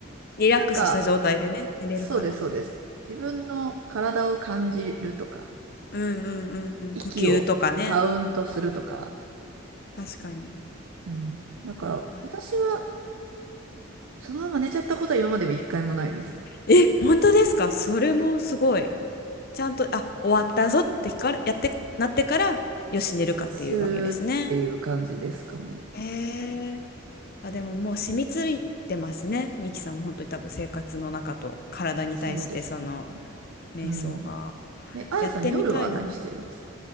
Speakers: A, on the left; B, on the right.
A: リラックスした状態でね、
B: なんか、
A: 寝れるから。
B: そうです、そうです。自分の体を感じるとか、
A: うんうんうんうん。
B: 息をカウントするとか。
A: 呼吸とかね。確かに。
B: うん。だから、
A: まあ
B: 私は、そのまま寝ちゃったことは今までも一回もないですね。
A: え、本当ですかそれもすごい。ちゃんと、あ、終わったぞってから、やって、なってから、よし、寝るかっていうわけですね。
B: スーっていう感じですかね。
A: へえ。あ、でももう染みついてますね。ミキさんも本当に多分生活の中と体に対してその
B: そうですね。
A: 瞑想が。
B: うん。え、あやさん、
A: やってみたいな。
B: 夜は何してるんですか